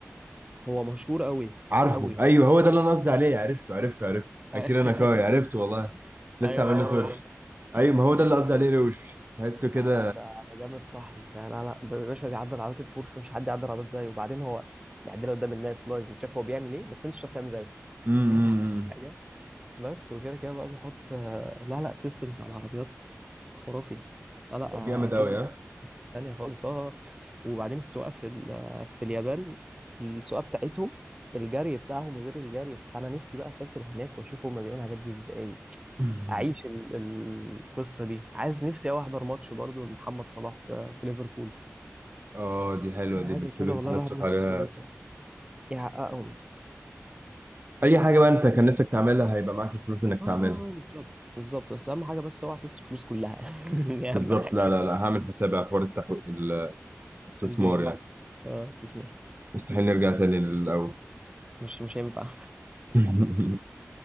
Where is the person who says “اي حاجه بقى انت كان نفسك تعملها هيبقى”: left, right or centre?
Right